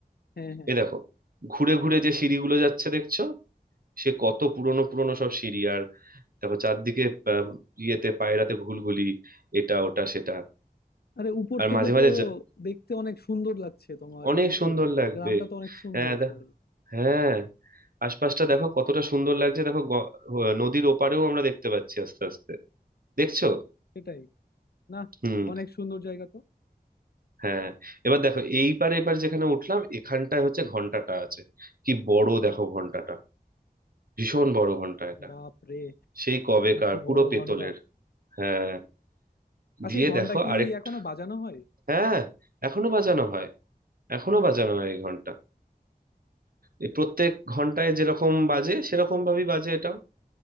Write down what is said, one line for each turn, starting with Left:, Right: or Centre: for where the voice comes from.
Left: হ্যাঁ হ্যাঁ
Right: এ দেখো ঘুরে ঘুরে যে সিঁড়িগুলো যাচ্ছে দেখছো সে কত পুরনো পুরনো সব সিঁড়ি আর দেখো চারদিকে আহ, ইয়েতে পায়রাতে ঘুলঘুলি এটা ওটা সেটা
Left: আরে উপর
Right: আর
Left: থেকে
Right: মাঝে মাঝে
Left: তো
Right: যা-
Left: দেখতে অনেক সুন্দর লাগছে তোমার
Right: অনেক
Left: এই দৃশ্যটা
Right: সুন্দর লাগবে
Left: গ্রামটা তো অনেক সুন্দর
Right: হ্যাঁ
Left: আসলে
Right: দে- হ্যাঁ আশপাশটা দেখো কতটা সুন্দর লাগছে দেখো গ- নদীর ওপারেও আমরা দেখতে পাচ্ছি আস্তে আস্তে দেখছো
Left: সেটাই না
Right: হুম
Left: অনেক সুন্দর জায়গা তো
Right: হ্যাঁ এবার দেখো এইবারে এবার যেখানে উঠলাম এখানটায় হচ্ছে ঘন্টাটা আছে কি বড় দেখো ঘন্টাটা ভীষণ বড় ঘন্টা এটা
Left: বাপ রে
Right: সেই কবেকার
Left: এত
Right: পুরো
Left: বড়
Right: পেতলের
Left: ঘন্টা
Right: হ্যাঁ
Left: আচ্ছা
Right: দিয়ে
Left: এই ঘন্টা
Right: দেখো
Left: কি
Right: আরেকটু
Left: এখনো বাজানো হয়
Right: হ্যাঁ এখনো বাজানো হয় এখনো বাজানো হয় এই ঘন্টা এই প্রত্যেক ঘন্টায় যেরকম বাজে সেরকম ভাবেই বাজে এটাও